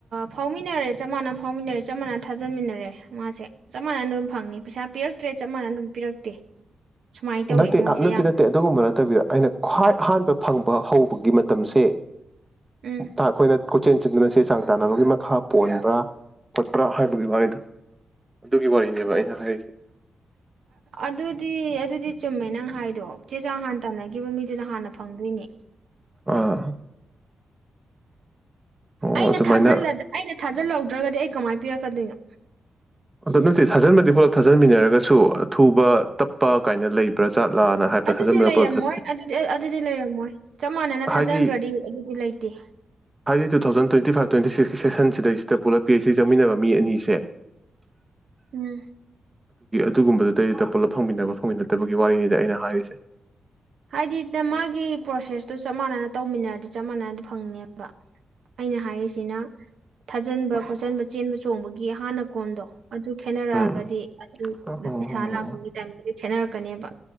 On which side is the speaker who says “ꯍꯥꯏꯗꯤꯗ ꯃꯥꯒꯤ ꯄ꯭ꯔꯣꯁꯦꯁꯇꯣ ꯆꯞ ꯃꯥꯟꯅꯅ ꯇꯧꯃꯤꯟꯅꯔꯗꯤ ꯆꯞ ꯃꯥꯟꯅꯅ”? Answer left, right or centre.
Right